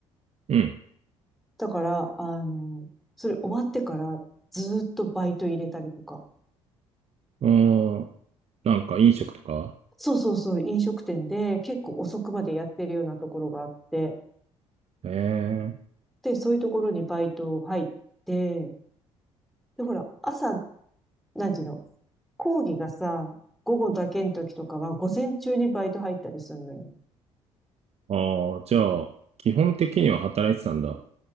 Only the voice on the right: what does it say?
うん。
ああ、なんか飲食とか
ええ
ああ、じゃあ、基本的には働いてたんだ。